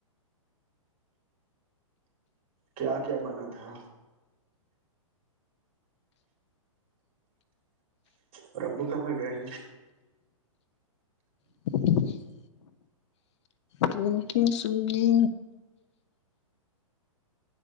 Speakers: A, on the right (about 35°); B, on the left (about 55°).
A: کیا کیا بنا تھا اور ابو کہاں گئے ہیں
B: <inaudible> ک سوگی